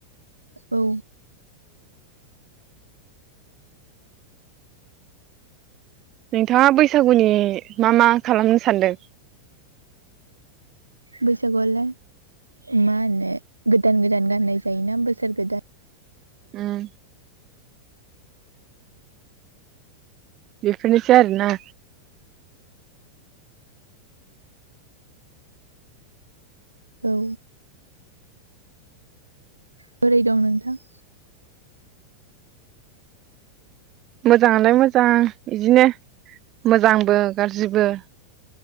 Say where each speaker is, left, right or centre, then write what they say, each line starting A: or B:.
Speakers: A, on the right (about 85°); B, on the right (about 35°).
A: औ
B: नोंथाङा बैसागुनि मा मा खालामनो सानदों?
A: बैसागुआवलाय मा होनो गोदान गोदान गाननाय जायोना बोसोर गोदान
B: ओम बिफोरनोसै आरोना
A: औ बोरै दं नोंथां?
B: मोजाङालाय मोजां बिदिनो मोजांबो गाज्रिबो